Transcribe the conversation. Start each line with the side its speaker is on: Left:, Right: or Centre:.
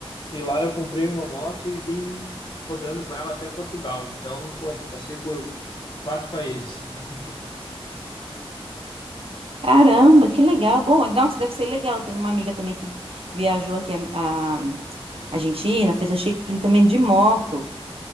Left: e lá eu comprei uma moto e vim rodando com ela até Portugal. Então, poxa, eu passei por quatro países. <laughs>
Right: Caramba, que legal. Bom, nossa, deve ser legal. Tem uma amiga também que viajou aqui a, a Argentina, fez o Chile também de moto.